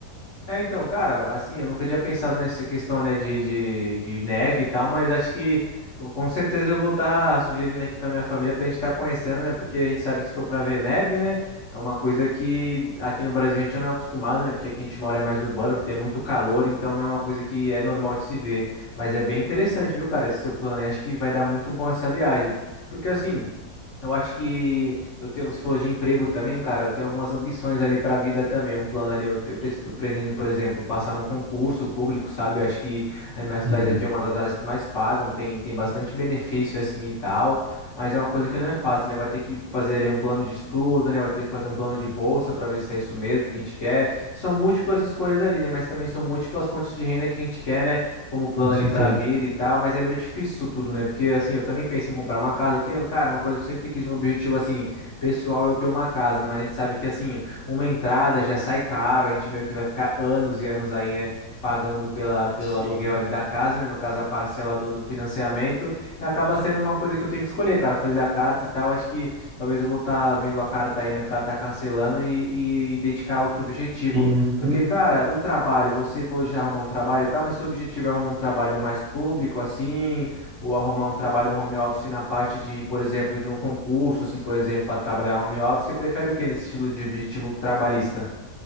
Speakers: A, on the left (about 50°); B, on the right (about 50°).
A: É, então, cara, assim, eu nunca tinha pensado nessa questão, né, de, de, de neve e tal, mas acho que eu, com certeza eu vou estar sugerindo aqui pra minha família pra gente estar conhecendo, né, porque a gente sabe que se for pra ver neve, né, é uma coisa que aqui no Brasil a gente não é acostumado, né, porque aqui a gente mora é mais urbano, tem muito calor, então não é uma coisa que é normal de se ver, mas é bem interessante, viu, cara, esse seu plano, aí, acho que vai dar muito bom essa viagem, porque assim. Eu acho que eu tenho, você falou de emprego também, cara. Eu tenho algumas ambições ali para a vida também. Um plano ali, eu, te- eu pres- eu pretendo, por exemplo, passar num concurso público, sabe? Eu acho que na minha cidade
B: Uhum,
A: aqui é uma das áreas que mais pagam, tem, tem bastante benefício assim e tal, mas é uma coisa que não é fácil, né? Vai ter que fazer ali um plano de estudo, né? Vai ter que fazer um plano de bolsa para ver se é isso mesmo que a gente quer. São múltiplas escolhas ali, né? Mas também são múltiplas fontes de renda que a gente quer, né? como plano
B: com certeza.
A: ali pra vida e tal, mas é meio difícil isso tudo, né? Porque assim, eu também penso em comprar uma casa. Eu tenho, cara, uma coisa que eu sempre quis, um objetivo assim, pessoal é eu ter uma casa, mas a gente sabe que assim, uma entrada já sai caro, a gente meio que vai ficar anos e anos aí, né? Pagando pela, pelo
B: Sim.
A: aluguel ali da casa, né? No caso, a parcela do, do financiamento. E acaba sendo uma coisa que eu tenho que escolher, cara. Eu falei da carta e tal. Acho que talvez eu vou estar vendo a carta aí, né? Pra estar cancelando e, e dedicar a outro objetivo.
B: Sim.
A: Porque, cara, do trabalho, você falou de arrumar um trabalho e tal, mas seu objetivo é arrumar um trabalho mais público, assim, ou arrumar um trabalho home office na parte de, por exemplo, de um concurso, assim, por exemplo, para trabalhar home office, você prefere o quê nesse estilo de objetivo trabalhista?